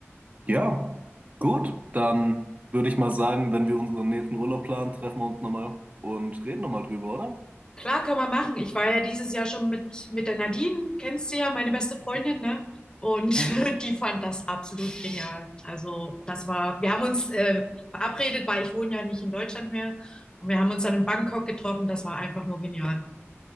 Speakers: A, on the right (about 35°); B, on the left (about 20°).
A: ja, gut, dann würde ich mal sagen, wenn wir unseren nächsten Urlaub planen, treffen wir uns nochmal und reden nochmal drüber, oder?
B: Klar kann man machen. Ich war ja dieses Jahr schon mit, mit der Nadine, kennst du ja, meine beste Freundin, ne? Und
A: Mhm.
B: <laughs> die fand das absolut genial. Also das war, wir haben uns äh, verabredet, weil ich wohne ja nicht in Deutschland mehr. Und wir haben uns dann in Bangkok getroffen. Das war einfach nur genial.